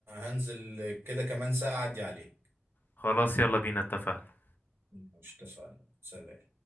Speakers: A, on the right; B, on the left.
A: هنزل كده كمان ساعة اعدي عليك
B: خلاص يلا بينا اتفقنا
A: مش اتفقنا سلام